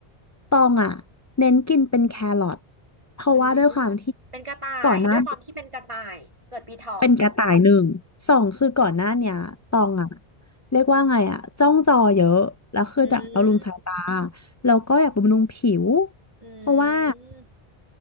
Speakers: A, on the left; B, on the right.
A: ตองอะเน้นกินเป็นแครอทเพราะว่าด้วยความที่
B: อืมเป็นกระต่ายด้วยความที่เป็นกระต่ายเกิดปีเถาะ
A: ก่อนหน้า เป็นกระต่ายหนึ่งสองคือก่อนหน้าเนี้ยตองอะเรียกว่าไงอะจ้องจอเยอะแล้วคืออยากบำรุงสายตา
B: อืม
A: แล้วก็อยากบำรุงผิว
B: อื
A: เพราะว่า
B: ม